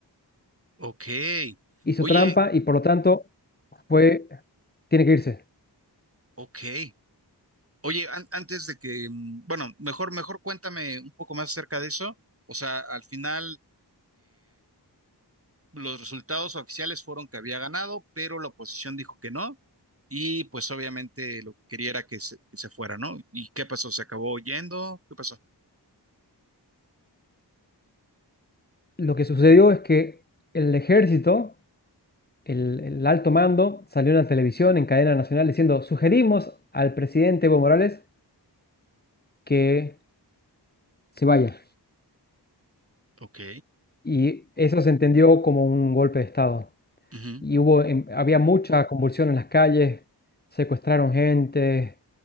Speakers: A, on the right; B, on the left.
A: ok.
B: hizo
A: Oye,
B: trampa y por lo tanto fue, tiene que irse.
A: ok. Oye, an- antes de que, mm, bueno, mejor, mejor cuéntame un poco más acerca de eso. O sea, al final los resultados oficiales fueron que había ganado, pero la oposición dijo que no. Y pues obviamente lo que quería era que se, que se fuera, ¿no? ¿Y qué pasó? ¿Se acabó yendo? ¿Qué pasó?
B: Lo que sucedió es que el ejército, el, el alto mando, salió en la televisión, en cadena nacional, diciendo, sugerimos al presidente Evo Morales que se vaya.
A: Ok.
B: Y eso se entendió como un golpe de Estado.
A: Ujú,
B: Y hubo, em, había mucha convulsión en las calles, secuestraron gente,